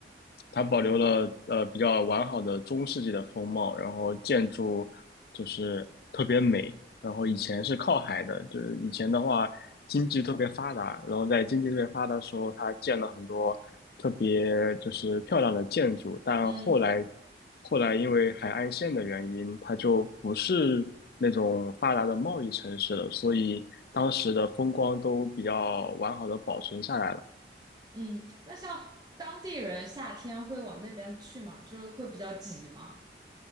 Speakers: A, on the left; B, on the right.
A: 它保留了呃比较完好的中世纪的风貌，然后建筑就是特别美。然后以前是靠海的，就是以前的话经济特别发达，然后在经济特别发达的时候，它建了很多特别就是漂亮的建筑，但后来
B: 嗯
A: 后来因为海岸线的原因，它就不是那种发达的贸易城市了，所以当时的风光都比较完好的保存下来了。
B: 嗯，那像当地人夏天会往那边去吗？就是会比较挤吗？